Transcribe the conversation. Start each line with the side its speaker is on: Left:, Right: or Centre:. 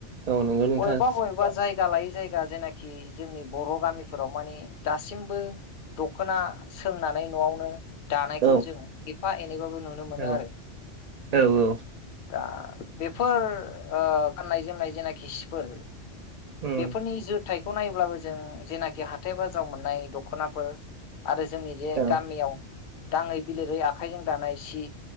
Right: औ नंगौ नोंथां
Left: बबेबा बबेबा जायगा लायै जायगा जेनाखि जोंनि बर गामिफोराव माने दासिमबो दखना सोंनानै नआवनो दानायखौ
Right: औ
Left: जों एफा एनैबाबो नुनो मोनो
Right: औ
Left: आरो
Right: औ औ
Left: दा बेफोर ओ गाननाय जोमनाय जेनाखि सिफोर
Right: उम
Left: बेफोरनि जि टाइप बेखौ नायोब्लाबो जों जेनाखि हाथाय बाजाराव मोन्नाय दखनाफोर आरो जोंनि बे
Right: औ
Left: गामियाव दाङै बिलिरै आखाइजों दानाय सि